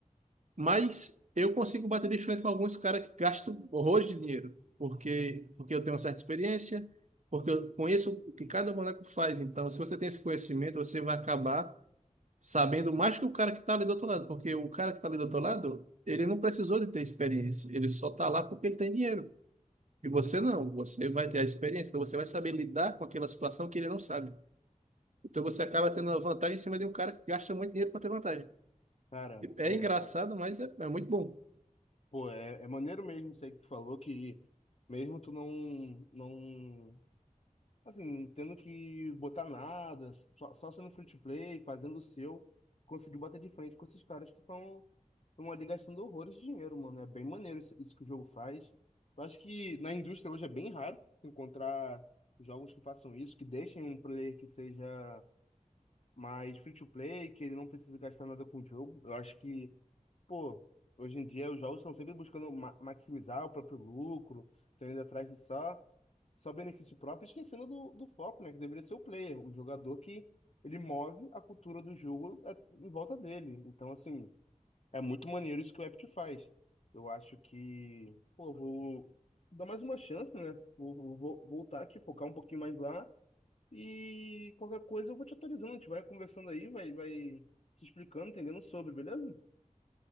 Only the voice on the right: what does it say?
Mas eu consigo bater de frente com alguns caras que gastam horrores de dinheiro, porque, porque eu tenho uma certa experiência, porque eu conheço o que cada boneco faz. Então, se você tem esse conhecimento, você vai acabar sabendo mais que o cara que está ali do outro lado, porque o cara que está ali do outro lado, ele não precisou de ter experiência, ele só está lá porque ele tem dinheiro. E você não, você vai ter a experiência, então você vai saber lidar com aquela situação que ele não sabe. Então você acaba tendo uma vantagem em cima de um cara que gasta muito dinheiro para ter vantagem.
É
engraçado, mas é é muito bom.